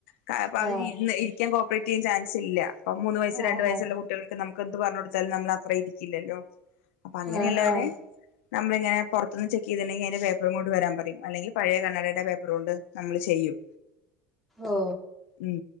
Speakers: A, on the left; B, in the centre.
A: ക്ക അപ്പൊ അവരിരുന്ന്
B: ആഹ്
A: ഇരിക്കാൻ കോപ്പറേറ്റ് ചെയ്യാൻ ചാൻസ് ഇല്ല പ്പം മൂന്ന് വയസ്സ്
B: ആഹ്
A: രണ്ടു വയസ്സുള്ള
B: ആഹ്
A: കുട്ടികൾക്ക് നമുക്ക് എന്ത് പറഞ്ഞ് കൊടുത്താലും നമ്മൾ അത്രയിരിക്കില്ലല്ലോ അപ്പൊ അങ്ങനെയുള്ളവരെ
B: ആഹ് ആഹ്
A: നമ്മളിങ്ങനെ പൊറത്ത്ന്ന് ചെക്ക് ചെയ്തിണ്ടെങ്കി അയിന്റെ പേപ്പറും കൊണ്ട് വരാൻ പറയും അല്ലെങ്കി പഴയ കണ്ണാടിയുടെ പേപ്പറുകൊണ്ട് നമ്മള് ചെയ്യും
B: ഓ
A: ഉം